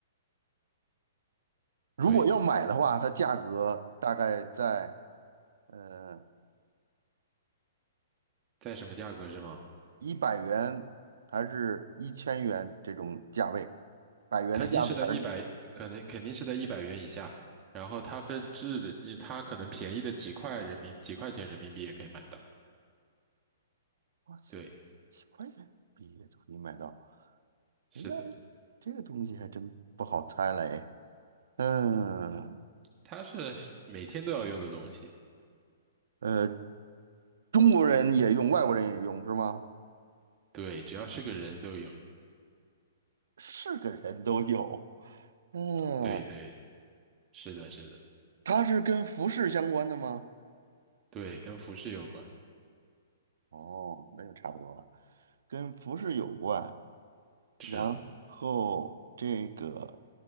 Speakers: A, on the right; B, on the right.
A: 如果要买的话，
B: 对，
A: 它价格大概在呃
B: 在什么价格是吗？
A: 一百元还是一千元这种价位，百元的价位而已。
B: 肯定是在一百，可能肯定是在一百元以下。然后它分质的，它可能便宜的几块人民几块钱人民币也可以买到。
A: 哇塞，
B: 对，
A: 几块钱毕业都可以买到。
B: 是的，
A: 哎呀，这个东西还真不好猜嘞。嗯，
B: 它是每天都要用的东西。
A: 呃，中国人也用，外国人也用是吗？
B: 对，只要是个人都用。
A: 是个人都有。嗯，
B: 对对，是的，是的，
A: 它是跟服饰相关的吗？
B: 对，跟服饰有关。
A: 哦，那就差不多了，跟服饰有关。然后这个
B: 是，